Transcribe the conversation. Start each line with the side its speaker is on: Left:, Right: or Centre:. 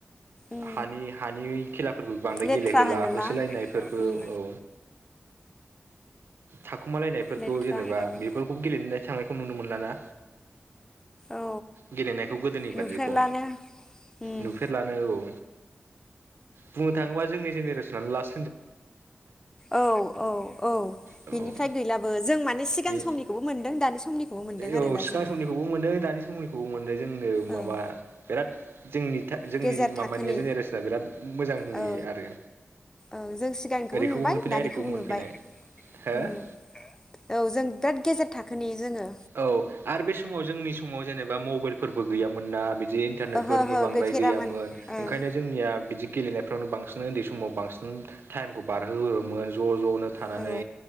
Left: उम
Right: हानि हानि खेलाफोरखौ बांद्राय
Left: लेथ्रा
Right: गेलेहोला
Left: होनोना
Right: होसो लायनायफोरखौ
Left: उम
Right: औ। थाखुमालायनायफोरखौ
Left: लेथ्रा
Right: जेनेबा
Left: होननानै
Right: बेफोरखौ गेलेनानै थाङो। खौ नुनो मोनला ना।
Left: औ
Right: गेलेनायखौ गोदोनि
Left: नुफेरलानो
Right: बादिखौ
Left: उम
Right: नुफेरलानो औ। बुंनो थाङोबा जोंनि जेनेरेसननानो लास।
Left: औ-औ-औ
Right: औ
Left: बिनिफ्राय गैलाबो जों माने सिगां
Right: बे
Left: समनिखौबो मोनदों दानि समनिखौबो मोनदों
Right: औ
Left: आरोना
Right: सिगां
Left: जोङो।
Right: समनिखौबो मोनो दानि समैखौबो मोनदों जोंनो माबा
Left: ओं
Right: बिराद। जोंनि जोंनि
Left: गेजेर
Right: माबानिया
Left: थाखोनि
Right: जेनेरेसना बिराद मोजांनि
Left: औ
Right: आरो
Left: औ जों सिगांनिखौबो
Right: ओरैखौबो
Left: नुबाय
Right: मोनफैनाय
Left: दानिखौबो
Right: ओरैखौबो मोनफैनाय
Left: नुबाय
Right: हो
Left: उम औ जों बिराद गेजेर थाखोनि जोङो।
Right: औ आरो बे समाव जोंनि समाव जेने बा मबाइलफोरबो गैयामोन ना बि <unintelligible> इन्टारनेटफोरबो
Left: ओहो ओहो
Right: बांद्राय
Left: गैफेरामोन
Right: गैयामोन
Left: ओं
Right: ओंखायनो जोंनिया बिदि। गेलेनायफ्रावनो बांसिन उन्दै समाव बां उम टाइम खौ बारहोयोमोन। ज' ज'। थानानै
Left: औ